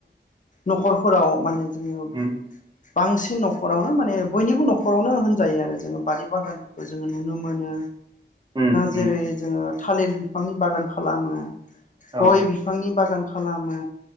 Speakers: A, on the left; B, on the right.
A: न'खरफोराव मान जोङो
B: उम
A: बांसिन न'खरावनो माने बयनिबो न'खरावनो होनजायो आरो जोङो बारि बागानफोरखौ जोङो नुनो मोनो
B: उम
A: जेरै
B: उम
A: जोङो थालिर बिफांनि बागान खालामो
B: औ
A: गय बिफांनि बागान खालामो